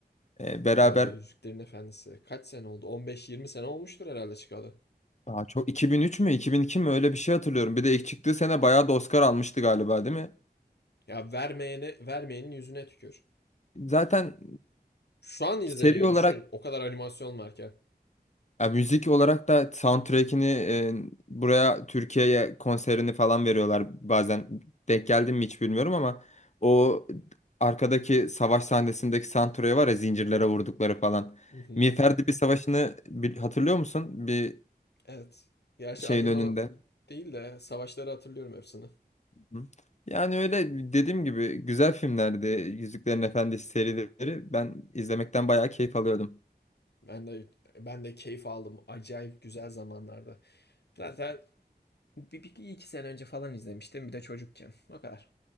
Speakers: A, on the left; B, on the left.
A: E, beraber
B: Vay be Yüzüklerin Efendisi. Kaç sene oldu? 15-20 sene olmuştur herhalde çıkalı.
A: Aa, çok 2003 mü 2002 mi öyle bir şey hatırlıyorum. Bir de ilk çıktığı sene bayağı da Oscar almıştı galiba değil mi?
B: Ya vermeyene, vermeyenin yüzüne tükür.
A: Zaten
B: Şu an izleniyor
A: seri olarak
B: düşünün. O kadar animasyon varken.
A: Ya müzik olarak da soundtrack'ini e, buraya Türkiye'ye konserini falan veriyorlar bazen. Denk geldim mi hiç bilmiyorum ama o arkadaki savaş sahnesindeki soundtrack'i var ya zincirlere vurdukları falan.
B: Hı hı.
A: Miğferdi bir savaşını bil- hatırlıyor musun? Bir
B: Evet. Gerçi
A: şeyin
B: adından
A: önünde.
B: değil de savaşları hatırlıyorum hepsini.
A: Hı. Yani öyle dediğim gibi güzel filmlerdi. Yüzüklerin Efendisi serileri ben izlemekten bayağı keyif alıyordum.
B: Ben de ben de keyif aldım. Acayip güzel zamanlarda. Zaten bir, bir iki sene önce falan izlemiştim. Bir de çocukken. O kadar.